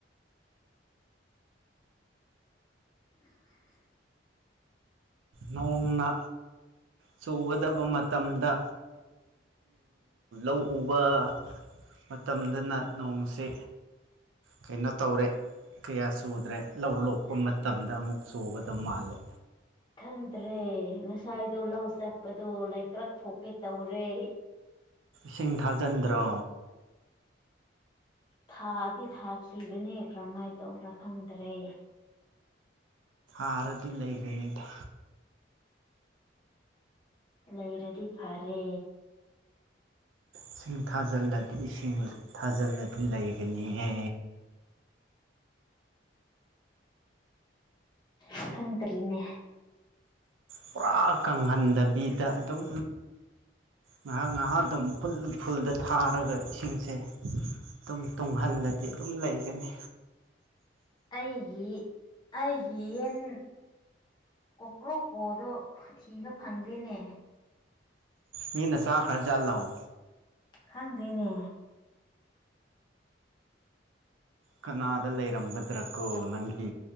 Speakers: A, on the left; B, on the right.
A: <unintelligible> <inaudible>
B: ꯅꯣꯡꯅꯥ ꯆꯨꯒꯗꯕ ꯃꯇꯝꯗ ꯂꯧ ꯎꯕ ꯃꯇꯝꯗꯅ ꯅꯣꯡꯁꯤ ꯀꯩꯅꯣ ꯇꯧꯔꯦ ꯀꯌꯥ ꯆꯨꯗ꯭ꯔꯦ ꯂꯧ ꯂꯣꯛꯄ ꯃꯇꯝꯗ ꯑꯃꯨꯛ ꯆꯨꯒꯗ ꯃꯥꯜꯂꯦ
A: ꯈꯪꯗ꯭ꯔꯦ ꯉꯁꯥꯏꯗꯣ ꯂꯧ ꯆꯠꯄꯗꯣ ꯂꯩꯀ꯭ꯔꯛ ꯊꯣꯛꯀꯦ ꯇꯧꯔꯦ
B: ꯁꯤꯡꯊꯥꯖꯟꯗ꯭ꯔ
A: ꯊꯥꯗꯤ ꯊꯥꯈꯤꯕꯅꯦ ꯀꯔꯝꯍꯥꯏꯅ ꯇꯧꯕ꯭ꯔꯥ ꯈꯪꯗ꯭ꯔꯦ
B: ꯑꯔꯗꯤ ꯂꯩꯒꯅꯤꯗ
A: ꯂꯩꯔꯗꯤ ꯐꯔꯦ
B: ꯏꯁꯤꯡ ꯊꯥꯖꯜꯂꯗꯤ ꯏꯁꯤꯡ ꯊꯥꯖꯜꯂꯗꯤ ꯂꯩꯒꯅꯤꯍꯦ
A: <inaudible> ꯁꯪꯇꯔꯤꯅꯦ
B: ꯄꯨꯔꯥ ꯀꯪꯍꯟꯗꯕꯤꯗ ꯑꯗꯨꯝ ꯉꯥꯏꯍꯥꯛ ꯉꯥꯏꯍꯥꯛ ꯑꯗꯨꯝ ꯐꯨꯜꯗ ꯊꯥꯔꯒ ꯏꯁꯤꯡꯁꯦ ꯑꯗꯨꯝ ꯇꯨꯡꯍꯜꯂ ꯈꯜꯂꯗꯤ ꯑꯗꯨꯝ ꯂꯩꯒꯅꯤ
A: ꯑꯩꯒꯤ ꯑꯩꯒꯤ ꯌꯦꯟ ꯀꯣꯀ꯭ꯔꯣꯀꯣꯗꯣ ꯊꯤꯕ ꯐꯪꯗꯦꯅꯦ
B: ꯃꯤ ꯅꯆꯥ ꯈꯔ ꯆꯥꯠ ꯂꯑꯣꯣ
A: ꯈꯪꯗꯦꯅꯦ
B: ꯀꯅꯥꯗ ꯂꯩꯔꯝꯒꯗ꯭ꯔ ꯀꯣ ꯅꯪꯒꯤ